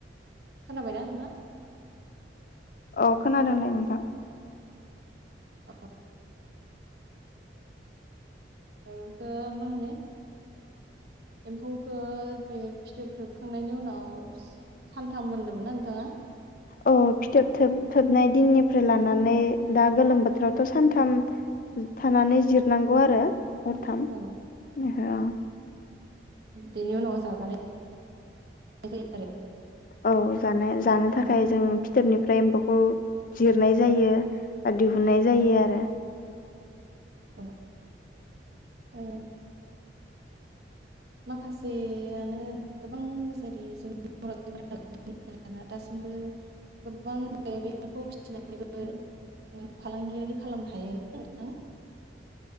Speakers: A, on the right; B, on the left.
A: खोनाबायना नोंथा?
B: औ खोनादों दे नोंथां।
A: अह औ द मा होनो एम्फौखो बे फिथोब थोबखांनायनि उनाव सानथाम मोनदोंमोनना नोंथाङा?
B: औ फिथोब थोब-थोबनाय दिननिफ्राय लानानै दा गोलोम बोथोरावथ' सानथाम थानानै जिरनांगौ आरो हरथाम
A: औ
B: औ।
A: बेनि उनाव जाजानाय जायो आरो।
B: औ जानाय जानो थाखाय जों फिथोबनिफ्राय एम्फौखौ जिरनाय जायो ओ दिउ हुननाय जायो आरो।
A: औ ओ माखासेयानो गोबां जेरै जोंनि बर' <unintelligible> दासिमबो गोबां बे एम्फौ फिसिनानैबो ओ फालांगियारि खालामनो हायोना नोंथां।